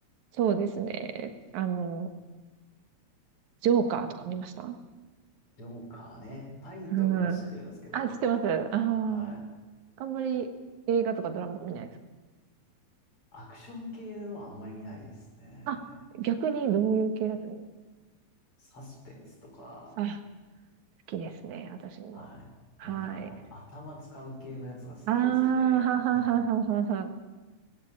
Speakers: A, on the right; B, on the left.
A: そうですね。あの、ジョーカーとか見ました
B: ジョーカーね。タイトルは知ってるんですけど、
A: うん。あ、知ってます。あー、
B: はい。
A: あんまり映画とかドラマとか見ないです。
B: アクション系のはあんまり見ないですね。
A: あ、逆にどういう系だと思う
B: サスペンスとか、
A: あ、好きですね、私も。
B: はい。
A: はい。
B: なんかあの、頭使う系のやつがすっごい好きで。
A: ああ、はははははは。